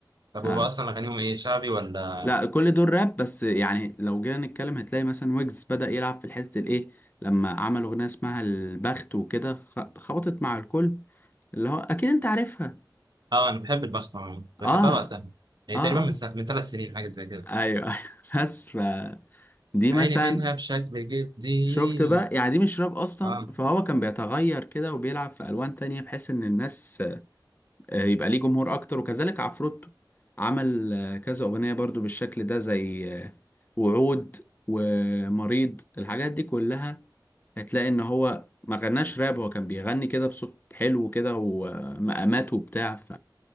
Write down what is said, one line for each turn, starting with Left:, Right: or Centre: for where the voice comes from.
Right: طب
Left: ف
Right: هو اصلا اغانيهم ايه شعبي ولا
Left: لا كل دول راب بس يعني لو جينا نتكلم هتلاقي مثلا ويجز بدأ يلعب في الحتة الايه لما عمل اغنية اسمها البخت وكده خ- خبطت مع الكل اللي هو اكيد انت عارفها
Right: اه انا بحب البخت عموما كنت بحبها
Left: اه
Right: وقتها هي
Left: اه
Right: تقريبا
Left: اه
Right: من سنة... من ثلاث سنين حاجة زي كده
Left: ايوه ايوه <laughs> بس ف دي
Right: عيني
Left: مثلا
Right: منها بشكل جدي
Left: شفت بقى يعني دي مش راب اصلا
Right: اه
Left: فهو كان بيتغير كده وبيلعب في الوان تانية بحيث ان الناس آه، يبقى ليه جمهور اكتر وكذلك عفروتو عمل آه، كذا اغنية برضو بالشكل ده زي آه، وعود ومريض الحاجات دي كلها هتلاقي ان هو ما غناش راب هو كان بيغني كده بصوت حلو كده ومقامات وبتاع